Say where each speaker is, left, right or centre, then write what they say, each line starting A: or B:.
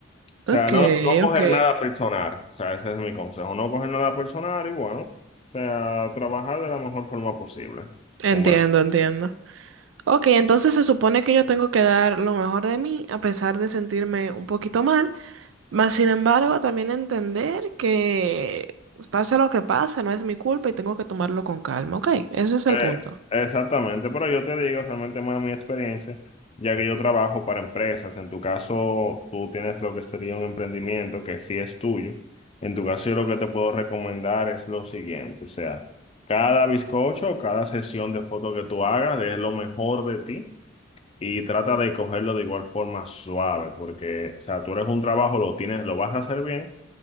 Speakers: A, on the left; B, on the right.
A: sea,
B: Ok,
A: no, no coger
B: ok.
A: nada personal, o sea, ese es mi consejo, no coger nada personal y bueno, o sea, trabajar de la mejor forma posible,
B: Entiendo,
A: con buenas
B: entiendo. Ok, entonces se supone que yo tengo que dar lo mejor de mí a pesar de sentirme un poquito mal, mas sin embargo también entender que pasa lo que pasa, no es mi culpa y tengo que tomarlo con calma, ok, ese es el
A: Es-
B: punto.
A: exactamente, pero yo te digo realmente más mi experiencia, ya que yo trabajo para empresas, en tu caso tú tienes lo que sería un emprendimiento que sí es tuyo, en tu caso yo lo que te puedo recomendar es lo siguiente, o sea, cada bizcocho, cada sesión de fotos que tú hagas es lo mejor de ti y trata de cogerlo de igual forma suave, porque, o sea, tú eres un trabajo, lo tienes, lo vas a hacer bien